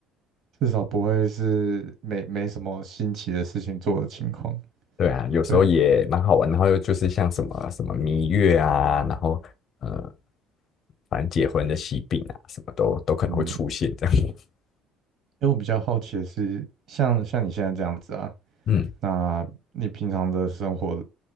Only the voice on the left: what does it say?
对啊，有时候也蛮好玩，
然后又就是像什么什么蜜月啊，然后呃反正结婚的喜病啊，什么都都可能会出现这样。
<laughs>
嗯，